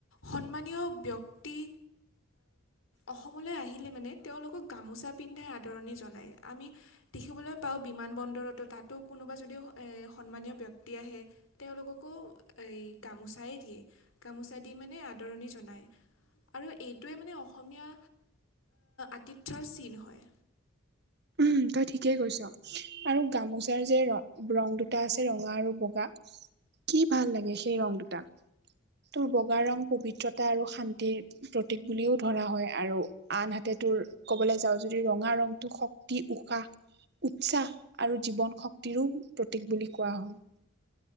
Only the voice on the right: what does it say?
উম তই ঠিকেই কৈছ আৰু গামোচাৰ যে ৰ ৰং দুটা আছে ৰঙা আৰু বগা কি ভাল লাগে সেই ৰং দুটা তোৰ বগা ৰং পবিত্ৰতা আৰু শান্তিৰ প্ৰতীক বুলিও ধৰা হয় আৰু আনহাতে তোৰ ক'বলৈ যাওঁ যদি ৰঙা ৰংটো খুব ই উশাহ উৎসাহ আৰু জীৱন শক্তিৰো প্ৰতীক বুলি কোৱা হয়।